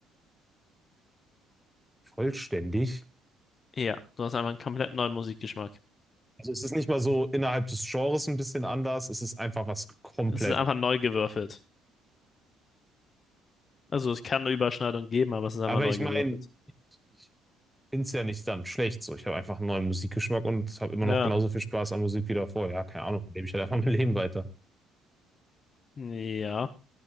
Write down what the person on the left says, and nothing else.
Ja, du hast einfach einen komplett neuen Musikgeschmack.
Es ist einfach neu gewürfelt. Also es kann eine Überschneidung geben, aber es ist einfach
neu
gewürfelt.
Ja,
ja.